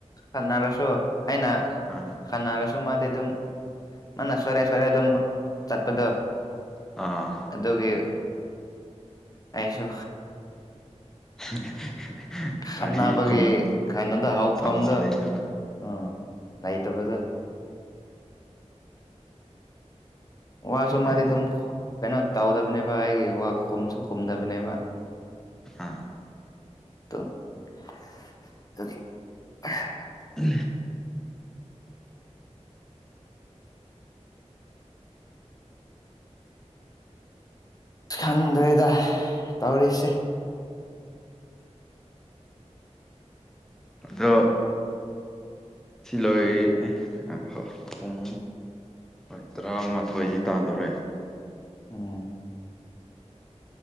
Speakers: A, on the left; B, in the centre.
A: ꯈꯟꯅꯔꯁꯨ ꯑꯩꯅ
B: ꯑꯥ
A: ꯈꯟꯅꯔꯁꯨ ꯁ ꯃꯥꯗ ꯑꯗꯨꯝ ꯃꯥ ꯁꯔꯦ ꯁꯔꯦ ꯑꯗꯨꯝ ꯆꯠꯄꯗꯣ
B: ꯑꯥ
A: ꯑꯗꯨꯒꯤ ꯑꯩꯁꯨ
B: <inaudible>
A: ꯈꯟꯅꯅꯕꯒꯤ
B: ꯋꯥꯔꯤ ꯈꯨꯝ
A: ꯈꯅꯗ ꯍꯥꯎꯐꯝꯗ
B: ꯆꯥꯟꯁ ꯂꯩꯇꯕ
A: ꯑꯥ ꯉ ꯇ ꯄꯗ ꯋꯥꯁꯨꯣ
B: ꯑꯗꯨꯅꯦ
A: ꯃꯥꯗꯤ ꯑꯗꯨꯝ ꯀꯩꯅꯣ ꯇꯧꯗꯕꯅꯦꯕ ꯑꯩꯒꯤꯋꯨꯝꯁꯨ ꯈꯨꯝꯗꯕꯅꯦꯕ
B: ꯑꯥ
A: <unintelligible>
B: ꯎ
A: ꯈꯪꯗ꯭ꯔꯦꯗ ꯇꯧꯔꯤꯁꯦ
B: ꯑꯗꯨꯣ ꯁꯤꯂꯣꯏ ꯑ ꯍ ꯄꯨꯡ ꯍꯣꯏ ꯇꯔꯥꯃꯥꯊꯣꯏꯗꯤ ꯇꯥꯗꯣꯔꯦ
A: ꯎꯝ